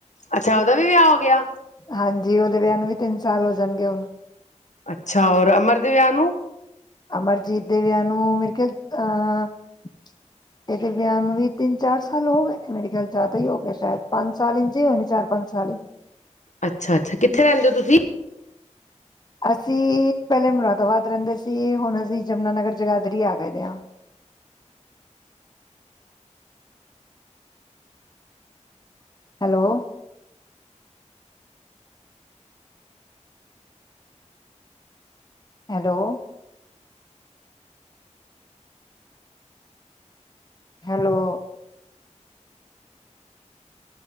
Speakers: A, on the left; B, on the left.
A: ਅੱਛਾ ਉਹਦਾ ਵੀ ਵਿਆਹ ਹੋ ਗਿਆ।
B: ਹਾਂਜੀ ਉਹਦੇ ਵਿਆਹ ਨੂੰ ਵੀ ਤਿੰਨ ਸਾਲ ਹੋ ਜਾਣਗੇ ਹੁਣ।
A: ਅੱਛਾ ਔਰ ਅਮਰ ਦੇ ਵਿਆਹ ਨੂੰ?
B: ਅਮਰਜੀਤ ਦੇ ਵਿਆਹ ਨੂੰ ਮੇਰੇ ਖਿਆਲ ਅਹ ਇਹਦੇ ਵਿਆਹ ਨੂੰ ਵੀ ਤਿੰਨ ਚਾਰ ਸਾਲ ਹੋ ਗਏ ਨੇ ਮੇਰੇ ਖਿਆਲ ਜ਼ਿਆਦਾ ਹੀ ਹੋ ਗਿਆ ਸ਼ਾਇਦ ਪੰਜ ਸਾਲ ਇੰਝੇ ਹੋਏ ਨੇ ਚਾਰ ਪੰਜ ਸਾਲ ਹੀ
A: ਅੱਛਾ ਅੱਛਾ ਕਿ ਥੇ ਰਹਿੰਦੇ ਓ ਤੁਸੀਂ
B: ਅਸੀਂ ਪਹਿਲੇ ਮੁਰਾਦਾਬਾਦ ਰਹਿੰਦੇ ਸੀ ਹੁਣ ਅਸੀਂ ਯਮੁਨਾ ਨਗਰ ਜਗਾਦਰੀ ਆ ਗਏ ਦੇ ਆ ਹੈਲੋ। ਹੈਲੋ। ਹੈਲੋ।